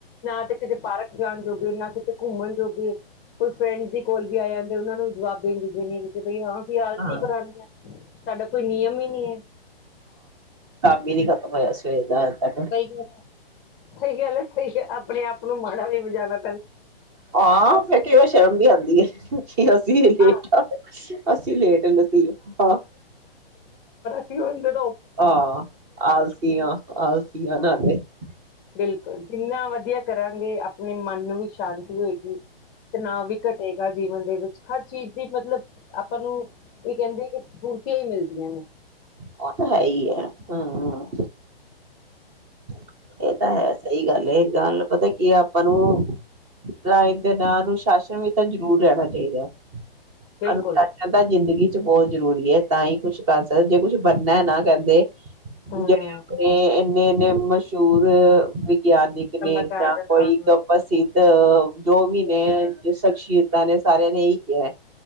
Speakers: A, on the left (about 20°); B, on the right (about 25°).
A: ਨਾ ਤੇ ਕਿਤੇ ਪਾਰਕ ਜਾਣ ਜੋਗੇ ਨਾ ਕਿਤੇ ਘੁੰਮਣ ਜੋਗੇ ਕੋਈ ਫਰੈਂਡਸ ਦੀ ਕੋਲ ਵੀ ਆ ਜਾਂਦੇ ਉਹਨਾਂ ਨੂੰ ਵੀ ਜਵਾਬ ਦੇਣ ਜੋਗੇ ਨਹੀਂ ਕਿ ਬਈ ਹਾਂ ਵੀ ਆਲਤੀ
B: ਹਾਂ
A: ਪੁਰਾਣੀ ਹੈ ਸਾਡਾ ਕੋਈ ਨਿਯਮ ਹੀ ਨੀ ਹੈ
B: ਵੀ ਨੀ ਖਤਮ ਹੋਇਆ ਸਵੇਰ ਦਾ ਤੱਕ
A: ਸਹੀ ਗੱਲ ਸਹੀ ਗੱਲ ਹੈ ਸਹੀ ਆਪਣੇ ਆਪ ਉਹ ਨੂੰ ਮਾੜਾ ਵੀ ਬਜਾ ਲ
B: ਹਾਂ ਫ ਕਈ ਵਾਰ ਸ਼ਰਮ ਵੀ ਆਉਂਦੀ ਹੈ ਅਸੀਂ ਲੇਟ
A: ਹਾਂ
B: ਆ ਅਸੀਂ ਲੇਟ ਲਤੀਫ ਹਾਂ
A: ਹ ਜਾਂਦੇ <unintelligible>
B: ਹਾਂ ਆਲਸੀ ਆ ਆਲ
A: ਹਾਂ
B: ਨਾਦੇ <unintelligible>
A: ਬਿਲਕੁਲ ਜਿੰਨਾ ਵਧੀਆ ਕਰਾਂਗੇ ਆਪਣੇ ਮਨ ਨੂੰ ਵੀ ਸ਼ਾਂਤੀ ਹੋਏਗੀ ਤਣਾਅ ਵੀ ਘਟੇਗਾ ਜੀਵਨ ਦੇ ਵਿੱਚ ਹਰ ਚੀਜ਼ ਦੀ ਮਤਲਬ ਅ ਆਪਾਂ ਨੂੰ ਇਹ ਕਹਿੰਦੇ ਕਿ ਕ ਮਿਲਦੀਆਂ ਨੇ
B: ਉਹ ਤਾਂ ਹੈ ਹੀ ਹੈ ਹਮਮ ਇਹ ਤਾਂ ਹੈ ਸਹੀ ਗੱਲ ਏ ਗੱਲ ਨੂੰ ਪਤਾ ਕੀ ਹੈ ਆਪਾਂ ਨੂੰਾਈਣ <unintelligible> ਦੇ ਨਾਂ ਅਨੁਸ਼ਾਸਨ ਵੀ ਤਾਂ ਜ਼ਰੂਰ ਰਹਿਣਾ ਚਾਹੀਦਾ
A: ਬਿਲਕੁਲ
B: ਅਨੁਸ਼ਾਸ਼ਨ ਤਾਂ ਜ਼ਿੰਦਗੀ ਬਹੁਤ ਜ਼ਰੂਰੀ ਹੈ ਤਾਂ ਹੀ ਕੁਛ ਕਰ ਸਕ ਜੇ ਕੁਛ ਬਣਨਾ ਹੈ ਨਾ ਕਹਿੰਦੇ
A: ਹੂੰ
B: ਜ ਆਪਣੇ ਮ <unintelligible> ਚੋੂਰ <unintelligible> ਵਿਗਿਆਨਿਕ ਨੇ
A: ਕਲਾਕਾਰ
B: ਜਾਂ ਕੋਈ
A: ਹਾਂ
B: ਇੱਕ
A: ਹਾਂ,
B: ਪ੍ਰਸਿੱਧ ਅ ਜੋ ਵੀ ਨੇ ਸ਼ਖਸੀਅਤਾਂ ਨੇ ਸਾਰਿਆਂ ਨੇ ਇ ਕਿਹਾ